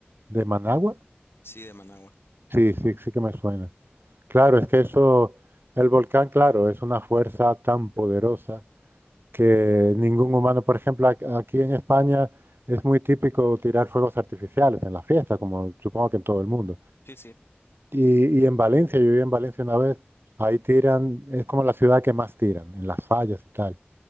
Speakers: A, on the right (about 65°); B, on the left (about 70°).
A: de Managua,
B: sí, de Managua.
A: sí, sí, sí que me suena. Claro, es que eso, el volcán, claro, es una fuerza tan poderosa que ningún humano, por ejemplo, ac- aquí en España es muy típico tirar fuegos artificiales en la fiesta, como supongo que en todo el mundo.
B: Sí, sí.
A: Y, y en Valencia, yo viví en Valencia una vez, ahí tiran, es como la ciudad que más tiran, en las fallas y tal.